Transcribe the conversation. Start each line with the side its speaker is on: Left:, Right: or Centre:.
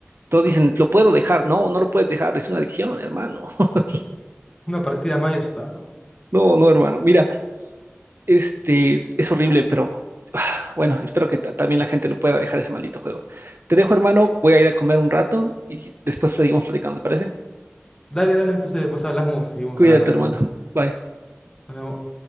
Right: Todos dicen, lo puedo dejar. No, no lo puedes dejar, es una adicción, hermano. <laughs>
Left: Una partida más y ya está, no.
Right: No, no, hermano. Mira, este es horrible, pero <sighs> ah, bueno, espero que ta- también la gente lo pueda dejar ese maldito juego. Te dejo, hermano, voy a ir a comer un rato y después seguimos platicando, ¿te parece?
Left: Dale, dale, entonces después hablamos, seguimos
Right: Cuídate,
Left: hablando de
Right: hermano.
Left: esto.
Right: Bye.
Left: Nos vemos.